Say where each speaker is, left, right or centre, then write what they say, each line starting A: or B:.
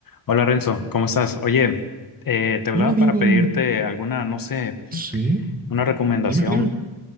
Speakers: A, on the left; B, on the right.
A: Hola Renzo, ¿cómo estás? Oye, eh, te hablaba
B: Hola, Diego.
A: para pedirte alguna, no sé,
B: Sí,
A: una recomendación,
B: dime, dime.